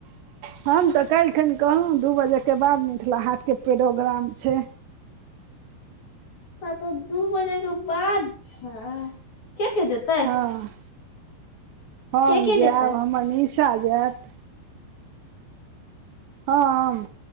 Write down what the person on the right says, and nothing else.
हम तऽ काल्हिखिन कहलहुँ दू बजेके बाद मिथिला हाटके पेरोग्राम छै
हँ हम
जायब
हमर निशा जायत हम